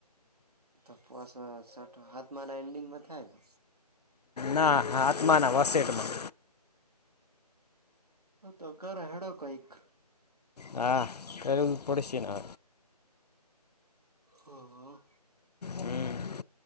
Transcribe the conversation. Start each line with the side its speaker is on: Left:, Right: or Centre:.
Right: તો પો શટ હાથમાં એન્ડીિંગમાં થાય તો
Left: ના આાત્મા ના વસેેટમાં
Right: હ તો કર હેડ કઈક
Left: હા ક પડ છે નય
Right: હા
Left: હમ,